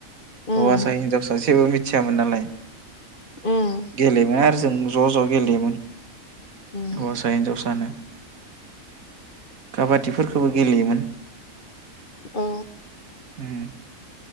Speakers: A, on the left; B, on the right.
A: उम
B: हवासा हिनजावसा जेबो मिथ यामोन नालाय।
A: उम
B: गेलेयोमोन आरोज जों ज' ज' गेलेयोमोन।
A: उम
B: हौवासा हिनजावसानो। काबादिफोरखोबो गेलेयोमोन।
A: औ
B: हम